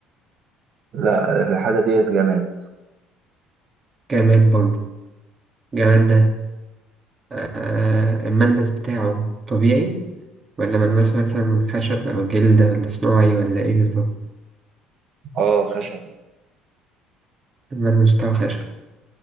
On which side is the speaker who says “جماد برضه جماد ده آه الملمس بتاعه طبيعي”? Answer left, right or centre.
Right